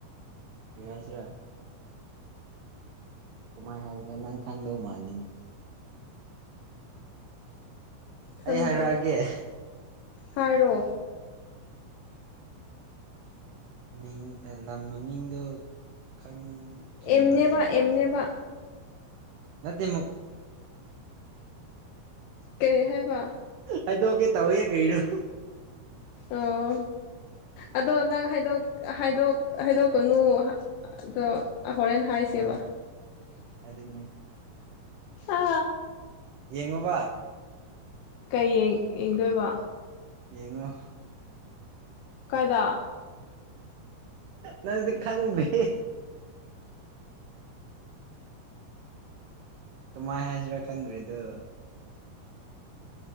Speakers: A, on the right (about 85°); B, on the left (about 75°).
A: ꯀꯔꯤ ꯍꯥꯏꯁꯤꯔꯥ ꯃꯥꯏ ꯍꯁꯕꯦꯟ ꯅꯪ ꯈꯪꯗꯧ ꯃꯥꯥꯟꯗꯅꯦ
B: ꯈꯪꯗꯦ
A: ꯑꯩ ꯍꯥꯏꯔꯛꯑꯒꯦ
B: ꯍꯥꯏꯔꯣ
A: ꯃꯤꯡ ꯂꯝ ꯃ ꯃꯤꯡꯗꯨ ꯈꯪ ꯆꯨꯝꯕ꯭ꯔꯥ
B: ꯑꯦꯝꯅꯦꯕ
A: ꯆꯨꯝꯗꯕ꯭ꯔꯥ
B: ꯑꯦꯝꯅꯦꯕ
A: ꯅꯠꯇꯦ ꯃꯨꯛ
B: ꯀꯩ ꯍꯥꯏꯕ
A: ꯍꯥꯏꯗꯣꯛꯀꯦ ꯇꯧꯏ ꯀꯔꯤꯅꯣ
B: ꯑꯣ ꯑꯗꯣ ꯅꯪ ꯍꯥꯏꯗꯣꯛ ꯍꯥꯏꯗꯣꯛ ꯍꯥꯏꯗꯣꯛꯀꯅꯨ ꯑꯗꯣ ꯍꯣꯔꯦꯟ ꯍꯥꯏꯁꯦꯕ
A: ꯑꯥ ꯑꯗꯨꯅꯦ
B: ꯑ
A: ꯌꯦꯡꯉꯣꯕꯥ
B: ꯀꯩ ꯌꯦꯡꯗꯣꯏꯕ
A: ꯌꯦꯡꯉꯣ
B: ꯀꯥꯏꯗ
A: ꯅꯪꯗꯤ ꯈꯪꯗꯔꯤ ꯀꯃꯥꯏ ꯍꯥꯏꯁꯤꯔꯥ ꯈꯪꯗ꯭ꯔꯦꯗꯣ